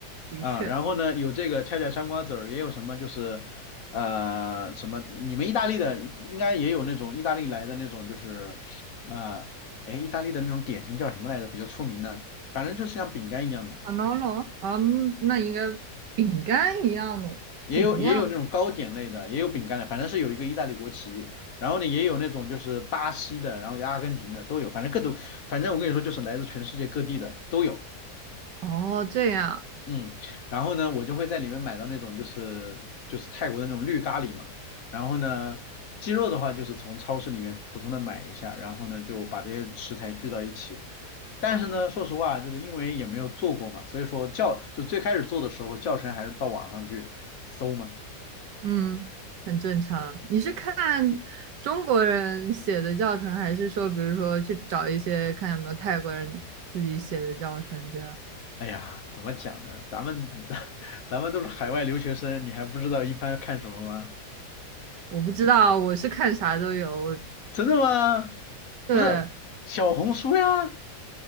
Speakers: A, on the right; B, on the left.
A: 的确
B: 啊，然后呢，有这个恰恰香瓜子儿，也有什么就是，呃，什么你们意大利的应该也有那种意大利来的那种就是，呃，哎，意大利的那种点心叫什么来着？比较出名的，反正就是像饼干一样的。
A: a n o l o 嗯，那应该饼干一样的，
B: 也有也有那种糕点类的，
A: 怎么样？
B: 也有饼干的，反正是有一个意大利国旗，然后呢也有那种就是巴西的，然后有阿根廷的都有，反正各种，反正我跟你说就是来自全世界各地的都有，
A: 哦，这样，
B: 嗯，然后呢我就会在里面买到那种就是就是泰国的那种绿咖喱嘛，然后呢鸡肉的话就是从超市里面普通的买一下，然后呢就把这些食材聚到一起，但是呢说实话就是因为也没有做过嘛，所以说教就最开始做的时候教程还是到网上去搜嘛。
A: 嗯，很正常。你是看中国人写的教程，还是说，比如说去找一些看有没有泰国人自己写的教程这样？
B: 哎呀，怎么讲呢？咱们 <laughs> 咱咱们都是海外留学生，你还不知道一般看什么吗？
A: 我不知道，我是看啥都有。
B: 真的吗？
A: 对，
B: 不是小红书呀，